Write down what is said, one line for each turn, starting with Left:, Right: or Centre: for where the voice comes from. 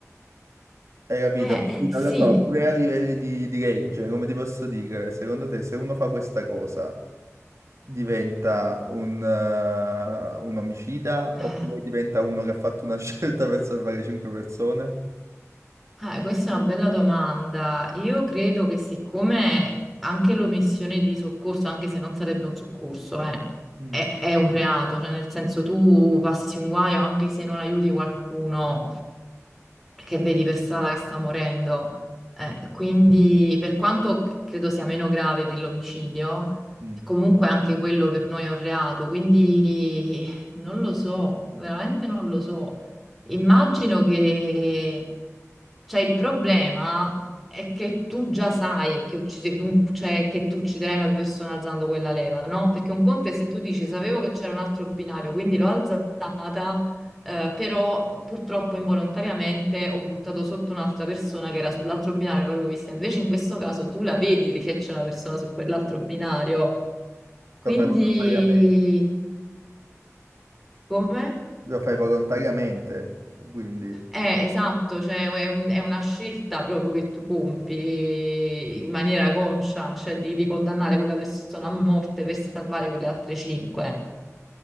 Right: Hai capito?
Centre: Eh,
Right: Quindi
Centre: eh,
Right: non
Centre: sì,
Right: lo so, pure a livelli di, di legge, come ti posso dire, secondo te se uno fa questa cosa diventa un, eh, un omicida
Centre: Ah,
Right: oppure diventa uno che ha fatto una <laughs> scelta per salvare cinque persone?
Centre: eh, questa è una bella domanda. Io credo che siccome anche l'omissione di soccorso, anche se non sarebbe un soccorso, eh,
Right: Mm.
Centre: è, è un reato, cioè nel senso tu passi un guaio anche se non aiuti qualcuno, che vedi per strada che sta morendo. Eh, quindi, per quanto credo sia meno grave dell'omicidio,
Right: Mm.
Centre: comunque anche quello per noi è un reato. Quindi non lo so, veramente non lo so. Immagino che cioè, il problema è che tu già sai che, uccide- un- cioè, che tu ucciderai una persona alzando quella leva, no? Perché un conto è se tu dici sapevo che c'era un altro binario, quindi l'ho alzata. Eh, però purtroppo involontariamente ho buttato sotto un'altra persona che era sull'altro binario, l'avevo vista. Invece in questo caso tu la vedi che c'è una persona su quell'altro binario. Quindi,
Right: Lo fai volontariamente,
Centre: come?
Right: lo fai volontariamente, quindi...
Centre: Eh, esatto, cioè è un- è una scelta proprio che tu compi in maniera conscia, cioè di, di condannare quella persona a morte per salvare quelle altre cinque.